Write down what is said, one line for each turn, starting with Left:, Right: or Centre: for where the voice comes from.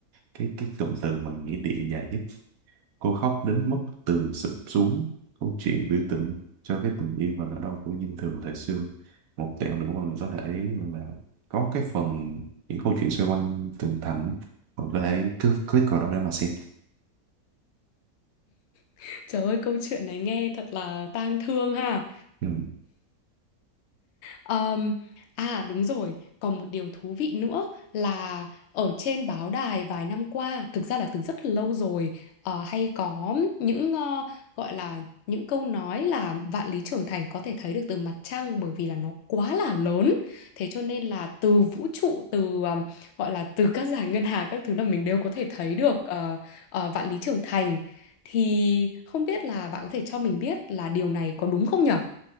Right: cái cái cụm từ mà nghĩa địa dài nhất cô khóc đến mức tường sụp xuống câu chuyện biểu tượng cho cái tình yêu và nỗi đau của dân thường thời xưa một tẹo nữa mà mình có thể là có cái phần những câu chuyện xoay quanh tường thành đó. mình có thể cứ click vào đó để mà xem
Left: <laughs> trời ơi câu chuyện này nghe thật là tang thương ha.
Right: ừ.
Left: Ờm, à đúng rồi, còn một điều thú vị nữa là ở trên báo đài vài năm qua, thực ra là từ rất lâu rồi, ờ, hay có những ờ, gọi là những câu nói là vạn lý trường thành có thể thấy được từ mặt trăng bởi vì là nó quá là lớn. Thế cho nên là từ vũ trụ, từ ờm, gọi là từ các dải ngân hà các thứ là mình đều có thể thấy được ờ, ờ, vạn lý trường thành. Thì không biết là bạn có thể cho mình biết là điều này có đúng không nhở?